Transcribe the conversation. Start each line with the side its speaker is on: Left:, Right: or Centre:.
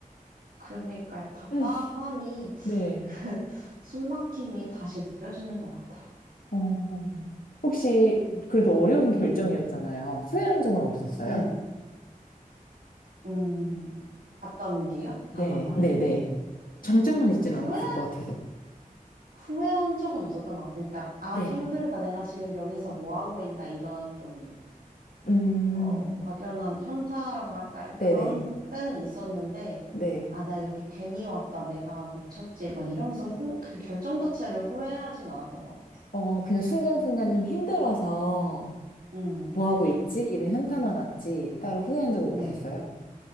Right: 그러니까요. 답답함이,
Left: 음,
Right: <laughs>
Left: 네.
Right: 그, 숨막힘이 다시 느껴지는 것 같아요.
Left: 어, 혹시
Right: 음.
Left: 그래도 어려운 결정이었잖아요. 후회한 적은 없었어요?
Right: 네. 음, 갔던 게요? 갔던
Left: 네,
Right: 거를?
Left: 네, 네. 장점만
Right: 음,
Left: 있진
Right: 후회,
Left: 않았을 것 같아서.
Right: 후회한 적은 없었던 것 같아요. 그러니까, 아,
Left: 네.
Right: 힘들다. 내가 지금 여기서 뭐 하고 있나. 이런 좀,
Left: 음,
Right: 어, 막연한 현타라고 할까요?
Left: 네네.
Right: 그런 때는 있었는데,
Left: 네.
Right: 아, 나 여기 괜히 왔다. 내가 미쳤지. 막 이러면서 후, 그 결정 자체를 후회하진 않았던 것 같아요.
Left: 어, 그냥 순간순간 좀 힘들어서
Right: 음,
Left: 뭐 하고
Right: 그죠.
Left: 있지? 이런 현타만 왔지. 따로 후회한 적은
Right: 네.
Left: 없었어요.